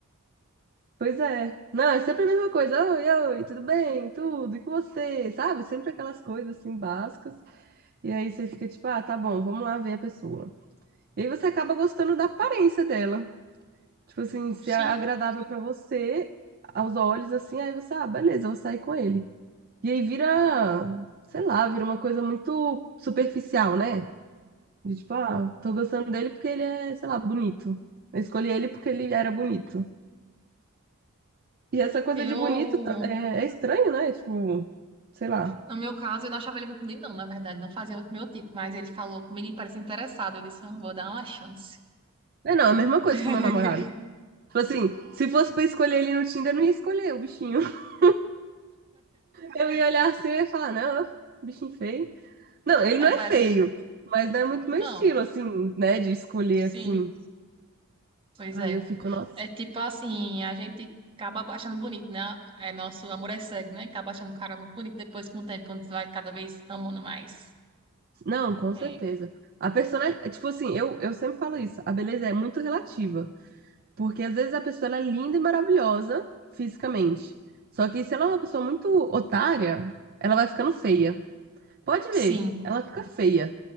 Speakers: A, on the right; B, on the right.
A: Pois é. Não, é sempre a mesma coisa. Oi, oi, tudo bem? Tudo, e com você? Sabe? Sempre aquelas coisas assim básicas. E aí você fica tipo, ah, tá bom, vamos lá ver a pessoa. E aí você acaba gostando da aparência dela. Tipo assim, se é
B: Sim,
A: agradável pra você, aos olhos, assim, aí você, ah, beleza, eu vou sair com ele. E aí vira, sei lá, vira uma coisa muito superficial, né? De tipo, ah, tô gostando dele porque ele é, sei lá, bonito. Eu escolhi ele porque ele era bonito. E essa coisa
B: eu.
A: de bonito tá- é, é estranho, né? Tipo, sei lá.
B: No meu caso, eu não achava ele muito bonito, não, na verdade. Não fazia muito meu tipo, mas ele falou comigo e parece interessado. Eu disse, não, vou dar uma chance.
A: É, não, é a mesma coisa
B: <laughs>
A: com o meu namorado. Tipo assim, se fosse pra escolher ele no Tinder, eu não ia escolher o bichinho. <laughs> Eu ia olhar assim e ia falar, não, bichinho feio. Não, ele
B: Aí
A: não é
B: parece.
A: feio, mas não é muito
B: Não,
A: meu estilo, assim, né? De escolher
B: sim,
A: assim.
B: pois
A: Aí
B: é.
A: eu fico, nossa.
B: É tipo assim, a gente acaba achando bonito, né? É nosso amor é cego, né? Acaba achando o cara muito bonito depois com o tempo, quando você vai cada vez amando mais.
A: Não, com
B: É.
A: certeza. A pessoa, é tipo assim, eu, eu sempre falo isso, a beleza é muito relativa. Porque às vezes a pessoa ela é linda e maravilhosa fisicamente. Só que se ela é uma pessoa muito otária, ela vai ficando feia. Pode
B: Sim,
A: ver, ela fica feia.